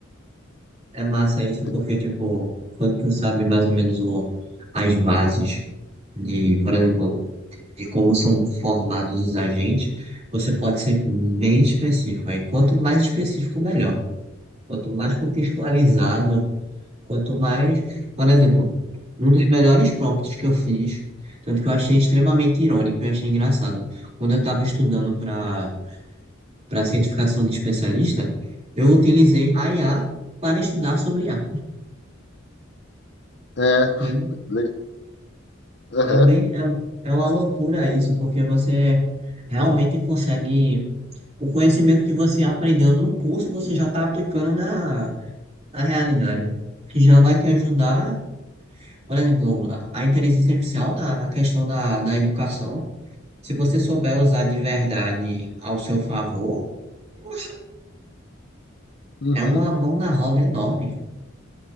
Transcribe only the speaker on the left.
sim.
é,
le- aham,
uhum,